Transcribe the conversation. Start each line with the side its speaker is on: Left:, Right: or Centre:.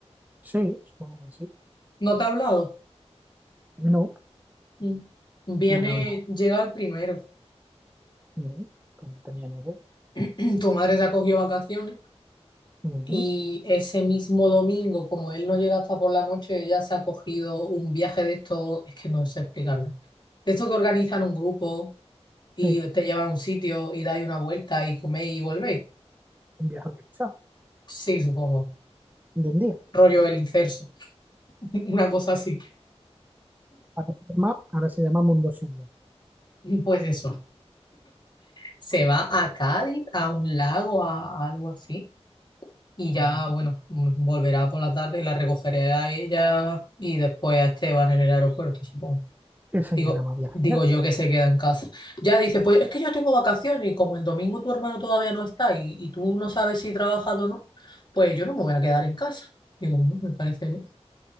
Right: Sí, supongo que sí.
Left: ¿No te ha hablado?
Right: No,
Left: Mm. Viene,
Right: no me hablaba.
Left: llega el primero.
Right: Mm, pues no tenía ni idea.
Left: <clears throat> Tu madre se ha cogido vacaciones
Right: Mm,
Left: y ese mismo domingo, como él no llega hasta por la noche, ella se ha cogido un viaje de estos, es que no sé explicarlo. De estos que organizan un grupo y
Right: sí,
Left: te llevan a un sitio y dais una vuelta y coméis y volvéis.
Right: un viaje organizado,
Left: Sí, supongo.
Right: de un día.
Left: Rollo el incerso, <laughs> una cosa así.
Right: Ahora se llama, ahora se llama Mundo Senior.
Left: Pues eso. se va a Cádiz, a un lago, a, a algo así. Y ya,
Right: Mm,
Left: bueno, mm, volverá por la tarde y la recogeré a ella y después a Esteban en el aeropuerto, supongo.
Right: ¿Qué señora
Left: Digo,
Right: más viajera?
Left: digo yo que se queda en casa. Ya dice, pues es que yo tengo vacaciones y como el domingo tu hermano todavía no está y, y tú no sabes si trabajas o no, pues yo no me voy a quedar en casa. Digo, "Mm, me parece bien.